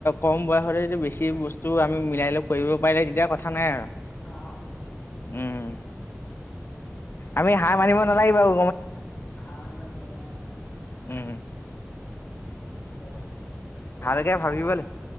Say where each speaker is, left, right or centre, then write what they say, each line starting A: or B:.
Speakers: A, on the left; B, on the left.
A: কম বয়সতে যদি বেছি বস্তু আমি মিলাই লৈ কৰিব পাৰিলে তেতিয়া কথা নাই আৰু।
B: আহ।
A: উম আমি হাঁহ মাৰিব নালাগে বাৰু।
B: হাৰ মনিব নালাগিব অ।
A: উম
B: সেয়া। দিয়া
A: ভালকে
B: হ'ব দিয়া
A: ভাবিব
B: আৰু ন
A: লা